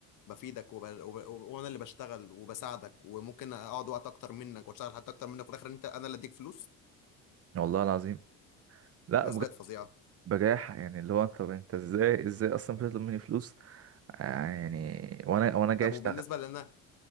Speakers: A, on the left; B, on the right.
A: بفيدك وب... وب... وب... وانا اللي بشتغل وبساعدك وممكن اقعد وقت اكتر منك واشتغل حتى اكتر منك وفي الاخر انت انا اللي اديك فلوس
B: والله العظيم لا
A: الناس
B: بجد
A: بقت فظيعه
B: بجاحة يعني اللي هو انت طب انت ازاي ازاي اصلا بتطلب مني فلوس آه يعني وانا وانا جاي
A: طب
B: اشتغل
A: وبالنسبه لنا